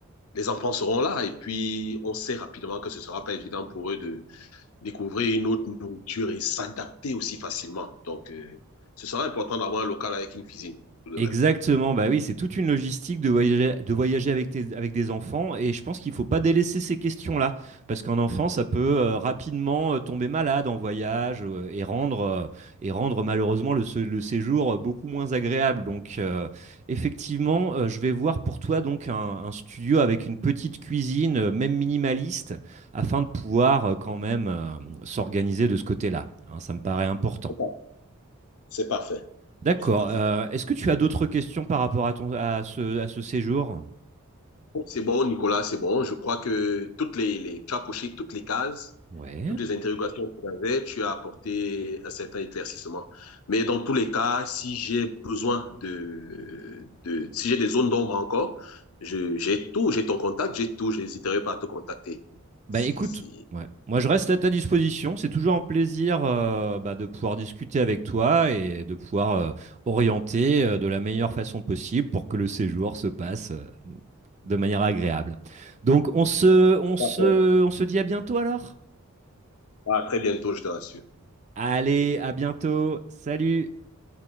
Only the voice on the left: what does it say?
les enfants seront là et puis on sait rapidement que ce sera pas évident pour eux de découvrir une autre nourriture et s'adapter aussi facilement. Donc, euh, ce sera important d'avoir un local avec une cuisine, tout de
même.
C'est parfait.
C'est parfait.
C'est bon, Nicolas, c'est bon. Je crois que toutes les, les, tu as coché toutes les cases,
toutes les interrogations que tu avais, tu as apporté un certain éclaircissement. Mais dans tous les cas, si j'ai besoin de, de si j'ai des zones d'ombre encore, j'ai tout, j'ai ton contact, j'ai tout, j'hésiterai pas à te contacter.
C'est
c'est,
D'accord.
À très bientôt, je te rassure.